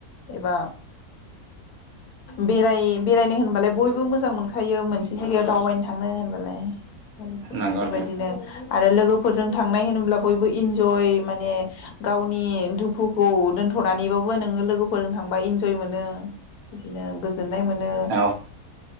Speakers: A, on the left; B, on the right.
A: एबा बेराय बेरायनो होनबालाय बयबो मोजां मोनखा खायो मोनसे जायगायाव दावबायनो थांनो होनबालाय
B: नंगौ
A: बेफोरबायदिनो
B: नंगौ
A: आरो लोगोफोरजों थांनाय होनोब्ला बयबो इन्जय माने गावनि दुखुखौ दोनथ'नानैबाबो नोङो लोगोफोरजों थांबा इन्जय मोनो बिदिनो गोज गोजोननाय मोनो
B: औ